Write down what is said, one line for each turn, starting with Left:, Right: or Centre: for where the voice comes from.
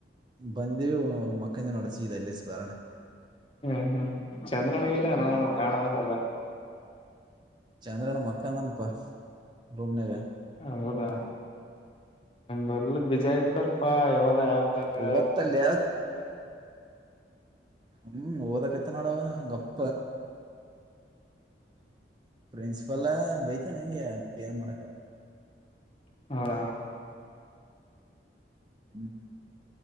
Right: ಬಂದಿವಿ ಮಕ್ಕಂದ ಸೀದಾ ಇಲ್ಲಿ ಬರೋಣಾ
Left: ಹುಂ ಹುಂ ಚಂದ್ರನ ಇಲ್ಲಾ ಅನಾ ಕಾಣವಲ್ಲಾಲ್ಲ
Right: ಚಂದ್ರನ ಮಕ್ಕೊಡಾನಪ್ಪ ರೂಮನಾಗ
Left: ಹೌದಾ ಪುಲ್ಲ್ ಬಿಜಿ ಆಗ್ಬಿಟನ್ಪಾ ಯಾವದ ಆಪ್ ನಾಗ
Right: ಓದ್ತಲ್ಲ
Left: ಹ
Right: ಹುಂ ಓದಕತ್ ನೋಡವ್ ಗಪ್ಪ ಹ ಪ್ರಿನ್ಸಿಪಾಲ್ ಬೈತನೆ ಹೆಂಗೆ ಏನ್ ಮಾಡಕ ಆಗಲ್
Left: ಹಾ
Right: ಹುಂ